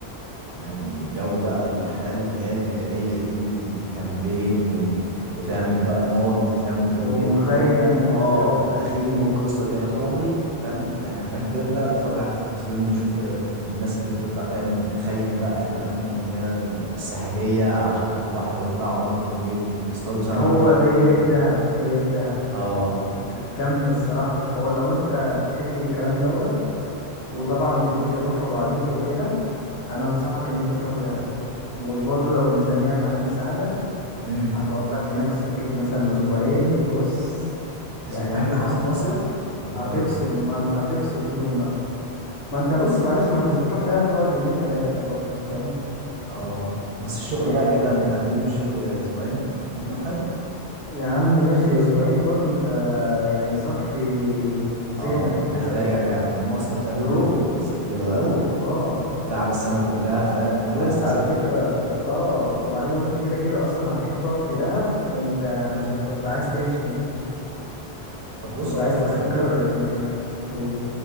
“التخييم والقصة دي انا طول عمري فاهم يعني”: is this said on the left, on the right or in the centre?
Right